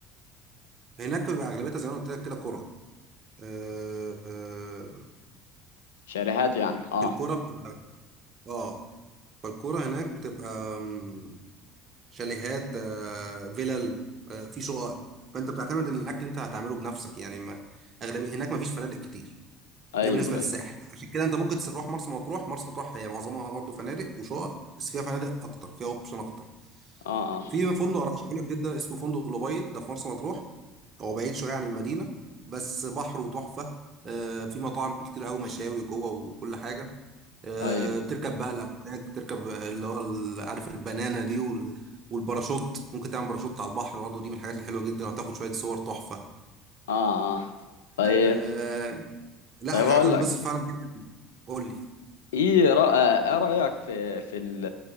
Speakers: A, on the right (about 40°); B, on the left (about 75°).
A: هناك بيبقى أغلبيتها زي ما أنا قلت لك كده كرة آه، آه،
B: شاليهات يعني أه
A: فالكرة بتبقى اه فالكرة هناك بتبقى آمم، شاليهات آه، فيلل آه، في شقق فانت بتعتمد ان الاكل انت هتعمله بنفسك يعني ما اغلبيه هناك ما فيش فنادق كتير
B: أيوه
A: ده بالنسبه للساحل
B: أيوه
A: عشان كده انت ممكن تروح مرسى مطروح مرسى مطروح هي معظمها برضه فنادق وشقق بس فيها فنادق اكتر فيها اوبشن اكتر
B: أه أه
A: في فندق ارشحه لك جدا اسمه فندق لوبيت ده في مرسى مطروح هو بعيد شويه عن المدينه بس بحره تحفه آه، في مطاعم كتير قوي مشاوي جوه وكل حاجه آه،
B: أيوه
A: بتركب بقى الأمواج بتركب اللي هو ال- عارف البنانة دي وال- والباراشوت ممكن تعمل باراشوت على البحر برضه دي من الحاجات الحلوة جدا وهتاخد شوية صور تحفة
B: أه أه طيب
A: آه، لا
B: طيب
A: حاجات
B: هقول
A: هتنبسط
B: لك
A: فعلا جدا قول لي
B: ايه رأ... ايه رأيك في في ال...